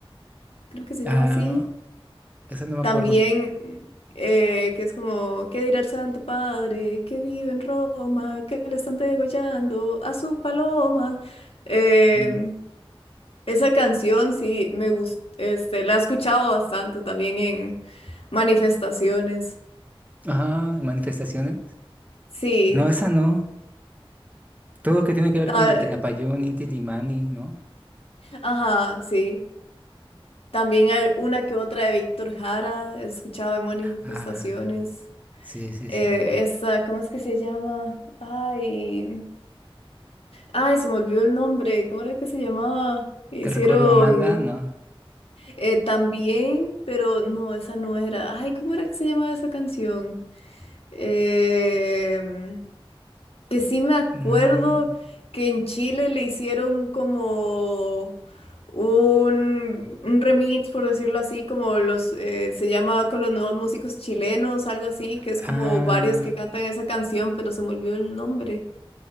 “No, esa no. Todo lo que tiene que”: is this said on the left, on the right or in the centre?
Right